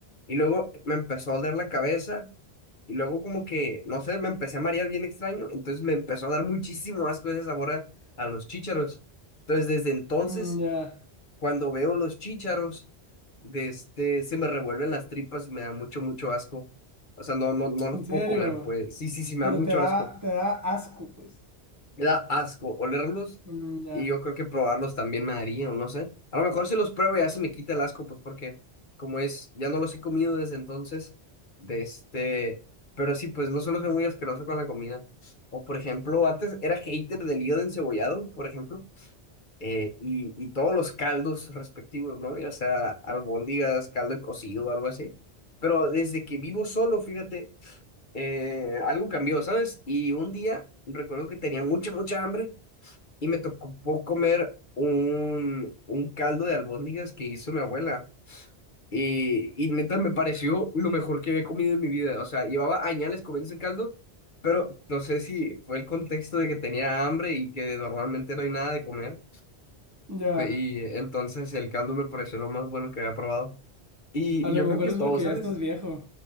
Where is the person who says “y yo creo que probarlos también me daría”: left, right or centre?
Left